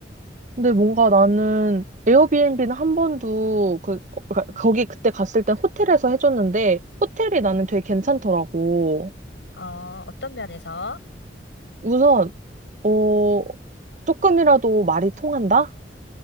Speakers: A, on the right; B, on the left.
A: 근데 뭔가 나는 에어비앤비는 한 번도 그 어, 그러니까
B: 음,
A: 거기 그때 갔을 땐 호텔에서 해줬는데 호텔이 나는
B: 음,
A: 되게 괜찮더라고.
B: 어, 어떤 면에서?
A: 우선, 어, 조금이라도 말이 통한다?